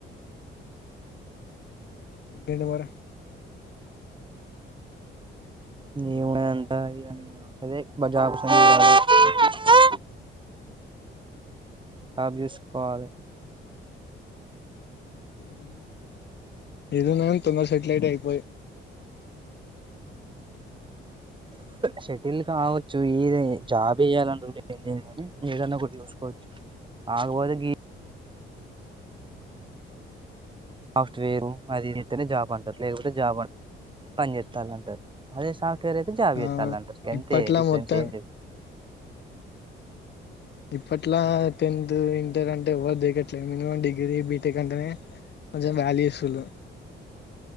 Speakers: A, on the left; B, on the right.
A: ఇంకేంటి మరి
B: ఎమున్నది అంతా ఇగ ఇగ అదే జాబ్స్ <unintelligible> జాబ్ చుసుకోవాలి
A: ఉమ్ ఏదున్నాగాని తొందగా సెట్లెతె అయిపో ఏ
B: సెటిల్ కావచ్చు ఏది జాబ్ చేయ్యాలానిరూల్ ఏం లేదు కానీ ఏదన్నా ఒకటి చూసుకోవచ్చు కాకపోతే గీ సాఫ్ట్వేరు, అదినే ఇది జాబ్ అంటారు లేకపోతే జాబ్ అ పని చేేస్తాల అంటారు అదే సాఫ్ట్ సాఫ్ట్వేర్ అయితే జాబ్
A: ఆ
B: చేస్తాలంటారు గంతే
A: ఇప్పట్లా
B: డిఫరెన్స్
A: మొత్తం
B: ఏం లేదు
A: ఇప్పట్లా టెన్త్ ఇంటర్ అంటే ఎవరు దేకట్లేదు మినిమం డిగ్రీ డిగ్రీ, బీటెక్ అంటేనే కొంచెం వాల్యూ ఇస్తుంరూ